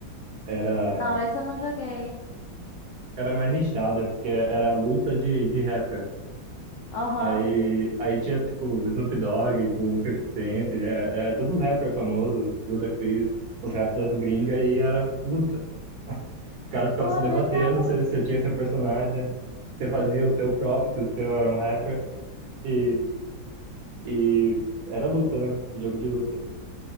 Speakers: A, on the right; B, on the left.
A: Era.
B: Não, esse eu não joguei.
A: Era mais nichado, é porque era luta de, de rapper.
B: Aham.
A: Aí, aí tinha, tipo, Snoop Dogg com 50 Cent, é, é, todos os rappers famosos, Ludacris, os rap das gringas, e era luta. Os caras ficavam
B: Pô,
A: se debatendo,
B: legal.
A: você, você tinha seu personagem, você fazia o seu próprio, que o seu era um rapper, e, e era luta, né? Jogo de luta.